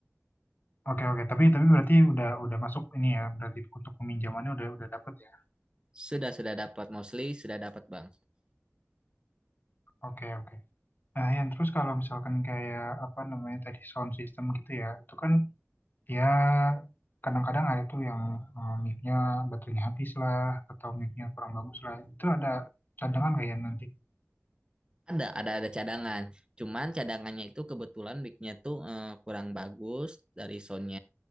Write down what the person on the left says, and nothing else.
oke oke. Tapi tapi berarti udah udah masuk ini ya, berarti untuk peminjamannya udah udah dapet ya.
Oke oke. Nah, yang terus kalau misalkan kayak apa namanya tadi sound system gitu ya, itu kan ya kadang-kadang ada tuh yang eh, mic-nya baterainya habis lah atau mic-nya kurang bagus lah. Itu ada cadangan kayak nanti.